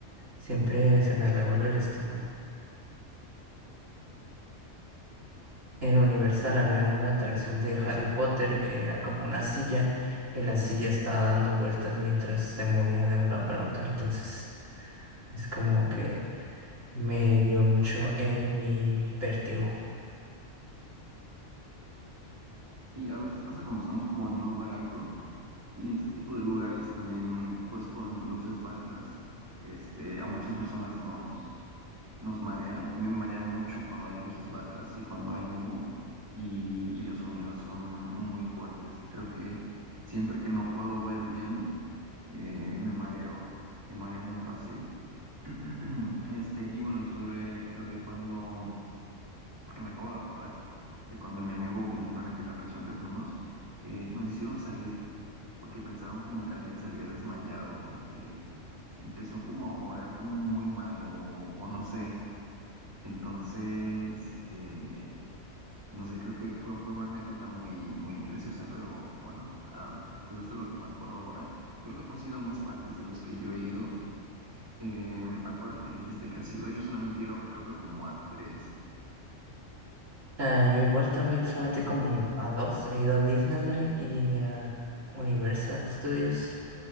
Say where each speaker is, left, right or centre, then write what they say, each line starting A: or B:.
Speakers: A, on the right; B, on the right.
A: siempre se me revuelve el estómago. En Universal había una atracción de Harry Potter que era como una silla y la silla estaba dando vueltas mientras se movía de un lado para otro. Entonces es como que me dio mucho en mi vértigo.
B: Y a veces pasa cuando estamos como en un lugar alto y en ese tipo de lugares también pues con luces bajas, este, a muchas personas nos, nos marea. A mí me marea mucho cuando hay luces bajas y cuando hay humo y, y los sonidos son muy fuertes. Creo que siempre que no puedo ver bien, eh, me mareo, me mareo muy fácil. <clears throat> Este, y bueno, y sobre lo de cuando, porque me acabo de acordar de cuando mi amigo vomitó en aquella ocasión que fuimos, eh, nos hicieron salir porque pensaron como que alguien se había desmayado, porque empezó como a oler muy mal o, o no sé. Entonces, eh, no sé, creo que fue, fue una anécdota muy, muy graciosa, pero bueno, am, pues es de lo que me acuerdo ahora. Creo que tú has ido a más parques de los que yo he ido. Em, ¿a cuáles me dijiste que has ido? Yo solamente he ido, creo que como a tres.
A: Ah, yo igual también solamente como a dos. He ido a Disneyland y a Universal Studios.